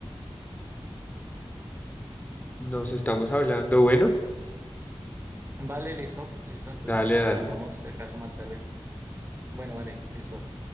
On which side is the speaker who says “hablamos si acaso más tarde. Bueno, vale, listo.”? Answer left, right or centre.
Right